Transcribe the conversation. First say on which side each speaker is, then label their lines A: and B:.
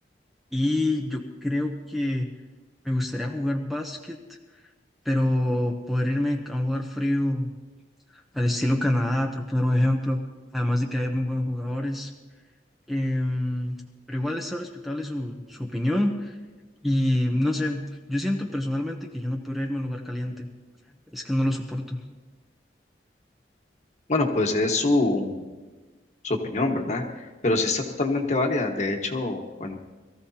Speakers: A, in the centre; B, on the left (about 40°).
A: y yo creo que me gustaría jugar básquet, pero poder irme a un lugar frío, al estilo Canadá, por poner un ejemplo, además de que hay muy buenos jugadores. Em, pero igual está respetable su, su opinión y no sé, yo siento personalmente que yo no podría irme a un lugar caliente, es que no lo soporto.
B: Bueno, pues es su su opinión, ¿verdad? Pero sí está totalmente válida. De hecho, bueno,